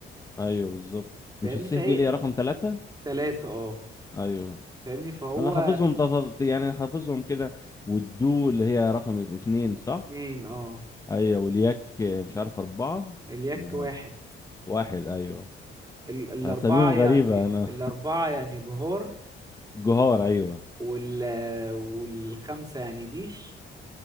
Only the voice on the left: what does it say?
ايوه بالظبط
مش السه
دي ليه رقم ثلاثة
ايوه
انا حافظهم تف... يعني حافظهم كده والدو اللي هي رقم اتنين صح
ايوه والياك مش عارف اربعة
ولا
واحد ايوه
اساميهم
غريبة انا
جهار ايوه